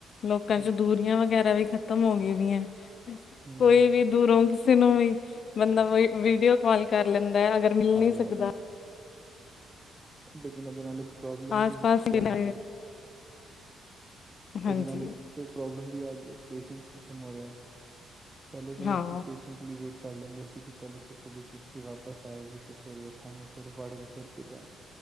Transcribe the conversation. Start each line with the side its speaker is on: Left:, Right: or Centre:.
Left: ਲੋਕਾਂ
Right: ਹਾਂਜੀ
Left: ਚ, ਦੂਰੀਆਂ ਵਗੈਰਾ ਵੀ ਖ਼ਤਮ ਹੋ ਗਈਆਂ,
Right: ਹੂੰ
Left: ਕੋਈ ਵੀ ਦੂਰੋਂ ਕਿਸੇ ਨੂੰ ਵੀ ਬੰਦਾ ਵੀਡੀਓ ਕਾਲ ਕਰ ਲੈਂਦਾ ਹੈ, ਅਗਰ ਮਿਲ
Right: ਹਾਂਜੀ-ਹਾਂਜੀ
Left: ਨੀ ਸਕਦਾ।
Right: ਲੇਕਿਨ ਇਹਦੇ ਨਾਲ ਇੱਕ ਪ੍ਰੋਬਲਮ
Left: ਆਸ
Right: ਕੀ
Left: ਪਾਸ
Right: ਕਹਿ
Left: ਹੀ ਨੇ।
Right: ਗੇ।
Left: ਹਾਂਜੀ
Right: ਇਹਦੇ ਨਾਲ ਇੱਕ ਪ੍ਰੋਬਲਮ ਵੀ ਆ ਗਈ ਹ। ਪੇਸ਼ੈਂਸ ਖਤਮ ਹੋ ਰਿਹਾ। ਪਹਿਲੇ ਤਾਂ
Left: ਹਾਂ
Right: ਲੋਕੀ ਪੇਸ਼ੈਸ-ਤ ਟਲੀ ਵੇਟ ਕਰ ਲੈਂਦੇ ਸੀ। ਕਿ ਚਲੋ ਕਿਸੇ ਦੀ ਚਿੱਠੀ ਵਾਪਸ ਆਏਗੀ, ਤੇ ਫੇਰ ਵੇਖਾਂਗੇ। ਫਿਰ ਪੜ੍ਹ ਕੇ ਫਿਰ ਭੇਜਾਂਗੇ।